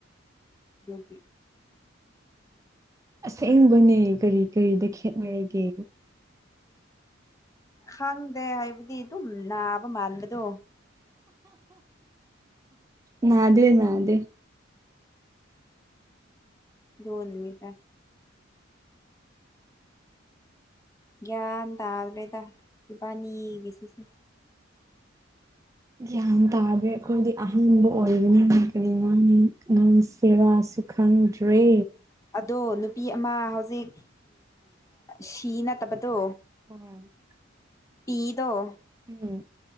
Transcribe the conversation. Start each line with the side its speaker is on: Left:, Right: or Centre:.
Left: ꯗꯨꯒꯤ
Right: ꯑꯁꯦꯡꯕꯅꯦ ꯀꯔꯤ ꯀꯔꯤꯗ ꯈꯦꯠꯅꯔꯤꯒꯦ
Left: ꯈꯪꯗꯦ ꯍꯥꯏꯕꯗꯤ ꯑꯗꯨꯝ ꯅꯥꯕ ꯃꯥꯟꯕꯗꯣ
Right: ꯅꯥꯗꯦ ꯅꯥꯗꯦ
Left: ꯂꯣꯅꯅꯤ ꯇ <unintelligible> ꯒ꯭ꯌꯥꯟ ꯇꯗꯔꯦꯗ ꯏꯕꯥꯅꯤ ꯁꯤꯁꯤ
Right: ꯒ꯭ꯌꯥꯟ ꯇꯥꯗ꯭ꯔꯦ ꯑꯩꯈꯣꯏꯗꯤ ꯑꯍꯟꯕ ꯑꯣꯏꯕꯅꯤꯅ ꯀꯔꯤ ꯉꯥꯡ ꯁꯦꯔꯥ <unintelligible> ꯈꯪꯗ꯭ꯔꯦ
Left: ꯑꯗꯣ ꯅꯨꯄꯤ ꯑꯃ ꯍꯧꯖꯤꯛ ꯁꯤ ꯅꯠꯇꯕꯗꯣ
Right: ꯍ <unintelligible>
Left: ꯄꯤꯗꯣ
Right: ꯎꯝ